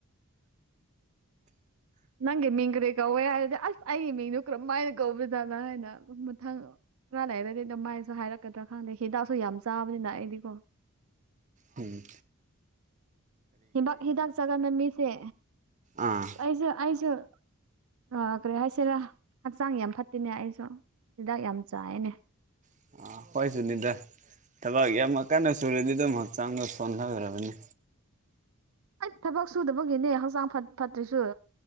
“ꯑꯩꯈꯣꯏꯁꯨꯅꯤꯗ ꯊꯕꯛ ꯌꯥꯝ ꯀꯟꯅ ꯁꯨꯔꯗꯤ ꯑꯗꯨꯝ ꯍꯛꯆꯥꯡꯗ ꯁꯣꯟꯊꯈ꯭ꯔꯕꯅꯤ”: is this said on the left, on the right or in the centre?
Right